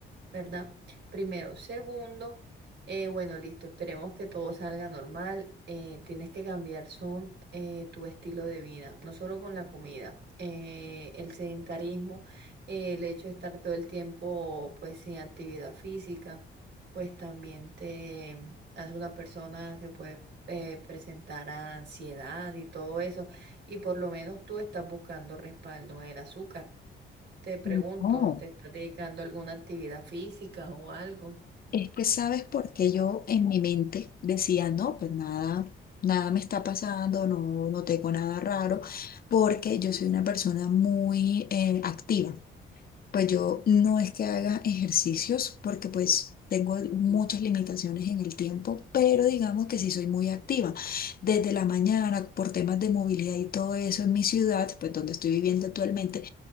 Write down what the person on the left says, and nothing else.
No,
es que sabes por qué yo en mi mente decía, no, pues nada, nada me está pasando, no, no tengo nada raro, porque yo soy una persona muy eh, activa. Pues yo no es que haga ejercicios porque pues tengo muchas limitaciones en el tiempo, pero digamos que sí soy muy activa. Desde la mañana, por temas de movilidad y todo eso en mi ciudad, pues donde estoy viviendo actualmente,